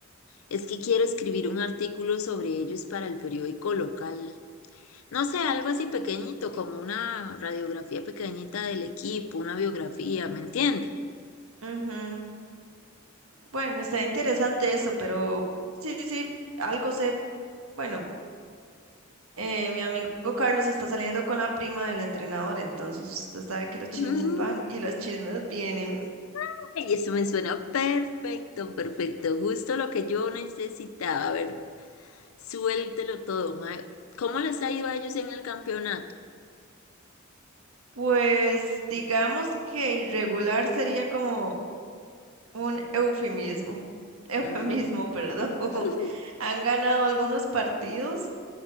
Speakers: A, on the left; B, on the right.
A: Es que quiero escribir un artículo sobre ellos para el periódico local. No sé, algo así pequeñito, como una radiografía pequeñita del equipo, una biografía, ¿me entiende?
B: Ujú. Bueno, está interesante eso, pero sí, sí, algo sé. Bueno. Eh, mi amigo Carlos está saliendo con la prima del entrenador, entonces usted sabe que los chismes
A: Mm,
B: van y los chismes vienen.
A: <laughs> Y eso me suena perfecto, perfecto, justo lo que yo necesitaba. A ver, suéltelo todo, mae. ¿Cómo les ha ido a ellos en el campeonato?
B: Pues digamos que irregular sería como un eufemismo, <laughs> eufemismo,
A: Mm,
B: perdón. <laughs>
A: <laughs>
B: Han ganado algunos partidos,